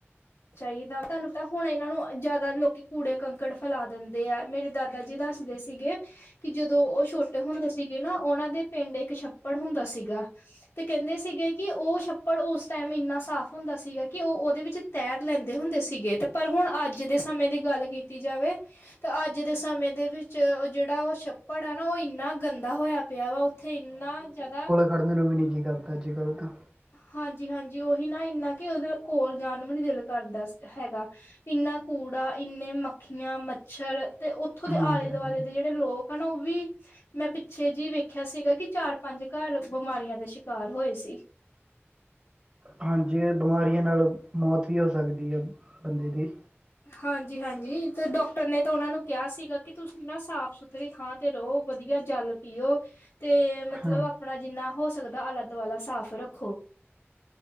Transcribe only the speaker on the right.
ਖੜਨੇ ਨੂੰ ਵੀ ਨਹੀਂ ਜੀਅ ਕਰਦਾ ਅੱਜ-ਕੱਲ੍ਹ ਤਾਂ।
ਹਾਂਜੀ
ਹਾਂਜੀ
ਹਾਂਜੀ। ਐਹ ਬਿਮਾਰੀਆਂ ਨਾਲ ਮੌਤ ਵੀ ਹੋ ਸਕਦੀ ਐ, ਬੰਦੇ ਦੀ।
ਹਾਂ